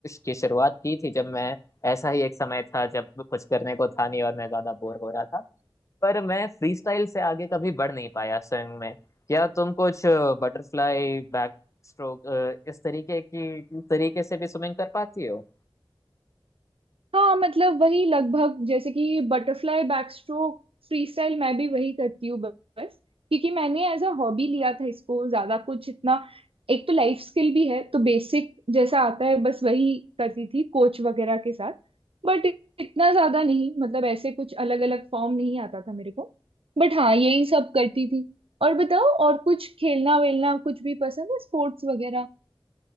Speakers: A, on the left; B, on the right.
A: की शुरुआत की थी जब मैं ऐसा ही एक समय था जब कुछ करने को था नहीं और मैं ज्यादा बोर हो रहा था पर मैं फ्री स्टाइल से आगे कभी बढ़ नहीं पाया स्विमिंग में क्या तुम कुछ बटरफ्लाई बैक स्ट्रोक इस तरीके की तरीके से भी स्विमिंग कर पाती हो
B: हाँ मतलब वही लगभग जैसे कि butterfly backstroke freestyle मैं भी वही करती हूँ ब- बस क्योंकि मैंने एज अ हॉबी लिया था इसको ज्यादा कुछ इतना एक तो लाइफ स्किल भी है तो बेसिक जैसा आता है बस वही करती थी कोच वगैरह के साथ बट इतना ज्यादा नहीं मतलब ऐसे कुछ अलग अलग फॉर्म नहीं आता था मेरे को बट हाँ यही सब करती थी और बताओ और कुछ खेलना वेलना कुछ भी पसंद है स्पोर्ट्स वगैरह